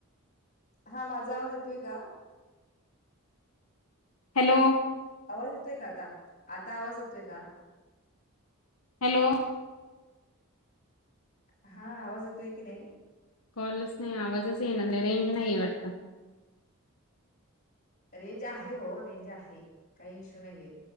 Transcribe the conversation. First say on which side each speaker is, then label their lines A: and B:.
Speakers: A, on the left; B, on the left.
A: हा, माझा आवाज येतोय का?
B: हॅलो?
A: आवाज येतोय का आता? आता आवाज येतोय का?
B: हॅलो?
A: हा, आवाज येतोय की नाही?
B: कॉलच नाही, आवाजच येईना, रेंज नाही वाटत.
A: रेंज आहे हो, रेंज आहे, काही इश्यू नाहीये.